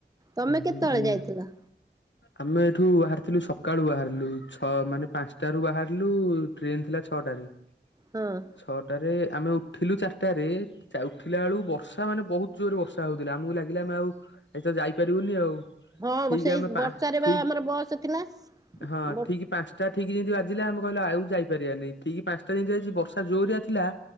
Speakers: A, on the right (about 20°); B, on the left (about 80°).
A: ତମେ
B: ହୁଁ।
A: କେତେବେଳେ ଯାଇଥିଲ?
B: ଆମେ ଏଠୁ ବାହାରିଥିଲୁ ସକାଳୁ ବାହାରିଲୁ ଛ ମାନେ ପାଞ୍ଚଟାରୁୁ ବାହାରିଲୁ ଟ୍ରେନ ଥିଲା ଛଅଟା ଚାରି
A: ହଁ
B: ଛଅଟାରେ ଆମେ ଉଠିଲୁ ଚାରିଟାରେ ଉଠିଲା ବେଳକୁ ବର୍ଷା ମାନେ ବହୁତ ଜୋରରେ ବର୍ଷା ହେଉଥିଲା ଆମକୁ ଲାଗିଲା ଆମେ ଆଉ ଏଇ ତ ଯାଇପାରିବୁନି ଆଉ
A: ହଁ,
B: ଠିକ
A: ସେଇ
B: ଆମେ ପା
A: ବର୍ଷା ରେ
B: ଠିକ
A: ବା ଆମର ବସ ଥିଲା।
B: ହଁ,
A: ବର୍
B: ଠିକ ପାଞ୍ଚଟା ଠିକ ଯେମିତି ବାଜିଲା ଆମେ କହିଲୁ ଆଉ ଯାଇପାରିବାନି ଠିକି ପାଞ୍ଚଟା ଯେମିତି ହେଇଛି ବର୍ଷା ଜୋରରିଆ ଥିଲା